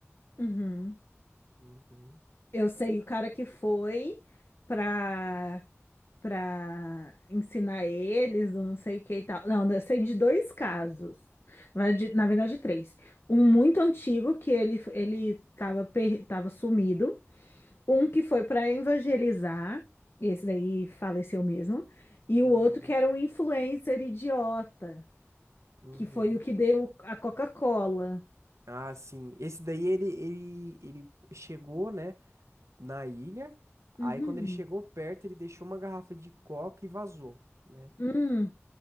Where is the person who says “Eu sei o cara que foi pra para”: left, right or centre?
Left